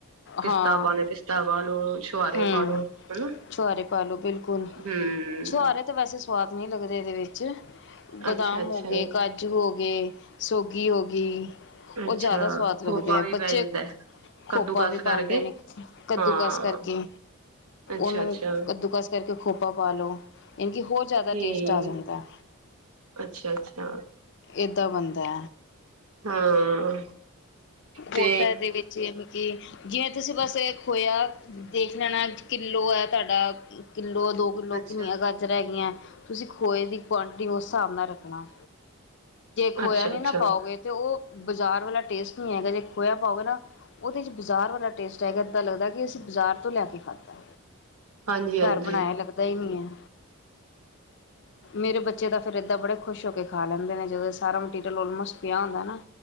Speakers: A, on the right (about 75°); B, on the left (about 50°).
A: ਪਿਸਤਾ
B: ਹਾਂ
A: ਪਾਨੈ ਪਿਸਤਾ ਪਾਲੋ, ਛੁਆਰੇ
B: ਹੂੰ
A: ਪਾਲੋ ਹਨਾ
B: ਛੁਹਾਰੇ ਪਾ ਲੋ ਬਿਲਕੁਲ
A: ਹੂੰ
B: ਛੁਹਾਰੇ ਤਾਂ ਵੈਸੇ ਸਵਾਦ ਨੀ ਲਗਦੇ ਇਦੇ ਵਿੱਚ ਬਦਾਮ
A: ਅੱਛਾ ਅੱਛਾ
B: ਹੋ ਗਏ, ਕਾਜੂ ਹੋ ਗੇ ਸੋਗੀ ਹੋ ਗੀ। ਉਹ
A: ਅੱਛਾ
B: ਜਾਦਾ ਸਵਾਦ ਲੱਗਦੇ
A: ਖੋਪਾ
B: ਐ,
A: ਵੀ
B: ਬੱਚੇ
A: ਪੈ ਜਾਂਦਾ
B: ਖੋਪਾ
A: ਕੱਦੂ ਕਸ
B: ਵੀ ਪਾਂਦੇ
A: ਕਰਕੇ
B: ਨੇ ਕੱਦੂਕਸ
A: ਹਾਂ
B: ਕਰਕੇ
A: ਅੱਛਾ
B: ਉਨੂੰ
A: ਅੱਛਾ
B: ਕੱਦੂਕਸ ਕਰਕੇ ਖੋਪਾ ਪਾ ਲੋ। ਇੰਜੀ ਹੋਰ ਜਾਦਾ
A: ਠੀਕ
B: ਟੇਸਟ ਆ ਜਾਂਦੈ।
A: ਅੱਛਾ ਅੱਛਾ
B: ਇਦਾਂ ਬਨ ਦੈ
A: ਹਾਂ, ਤੇ
B: ਹੋਰ ਤਾਂ ਇਹਦੇ ਵਿੱਚ ਯਾਨੀ ਕਿ ਜਿਵੇਂ ਤੁਸੀ ਬਸ ਏ ਖੋਇਆ ਦੇਖ ਲੈਨਾ, ਕਿੱਲੋ ਹੈ ਤੁਹਾਡਾ ਕਿ ਦੋ-ਦੋ ਕਿੱਲੋ
A: ਅੱਛਾ
B: ਕਿੰਨੀਆਂ ਗਾਜਰਾ ਹੈਗੀ ਐਂ। ਤੁਸੀਂ ਖੋਏ ਦੀ ਕੁਆਂਟਿਟੀ ਉਸ ਹਿਸਾਬ ਨਾਲ ਰੱਖਨਾ। ਖੋਇਆ
A: ਅੱਛਾ
B: ਨੀ
A: ਅੱਛਾ
B: ਨਾ ਪਾਓਗੇ ਤੇ ਉਹ ਬਜ਼ਾਰ ਵਾਲਾ ਟੇਸਟ ਨੀ ਆਏਗਾ, ਜੇ ਖੋਇਆ ਪਾਓਗੇ ਨਾ ਉਹਦੇ ਚ ਬਜ਼ਾਰ ਵਾਲਾ ਟੇਸਟ ਆਏਗਾ ਇੱਦਾਂ ਲੱਗਦਾ ਕਿ ਅਸੀ ਬਜ਼ਾਰ ਤੋ ਲਿਆ ਕੇ ਖਾਦੈ।
A: ਹਾਂਜੀ ਹਾਂਜੀ
B: ਘਰ ਬਣਾਇਆ ਲੱਗਦਾ ਈ ਨੀ ਐ। ਮੇਰੇ ਬੱਚੇ ਤਾਂ ਫੇਰ ਇੱਦਾ ਬੜੇ ਖੁਸ਼ ਹੋ ਕੇ ਖਾ ਲੈਂਦੇ ਨੇ, ਜਦੋਂ ਅਸੀਂ ਸਾਰਾ ਮੈਟੀਰੀਅਲ ਆਲਮੋਸਟ ਪਿਆ ਹੁੰਦਾ ਨਾ।